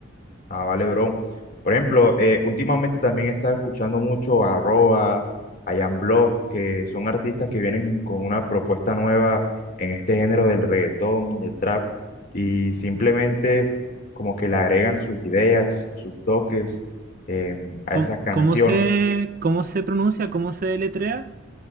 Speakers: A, on the left; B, on the right.
A: Ah, vale, bro. Por ejemplo, eh, últimamente también he estado escuchando mucho a Roa, a Jan Block, que son artistas que vienen con una propuesta nueva en este género del reggaetón y el trap, y simplemente como que le agregan sus ideas, sus toques eh, a
B: ¿Cómo,
A: esas canciones.
B: cómo se, cómo se pronuncia? ¿Cómo se deletrea?